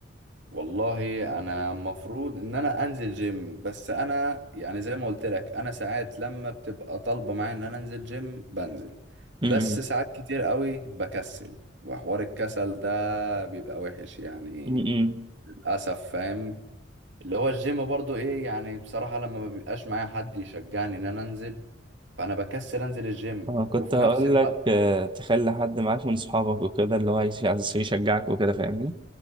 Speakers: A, on the right; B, on the right.
A: والله انا المفروض ان انا انزل جيم بس انا يعني زي ما قلت لك انا ساعات لما بتبقى طالبة معايا ان انا انزل جيم بنزل
B: امم
A: بس ساعات كتير قوي بكسل وحوار الكسل ده بيبقى وحش يعني
B: امم
A: للاسف فاهم اللي هو الجيم برضو ايه يعني بصراحة لما ما بيبقاش معايا حد يشجعني ان انا انزل فانا بكسل انزل الجيم
B: اه كنت
A: وفي
B: هقول
A: نفس الوقت
B: لك آه تخلي حد معاك من اصحابك وكده اللي هو يش- عايز يشجعك وكده فاهمني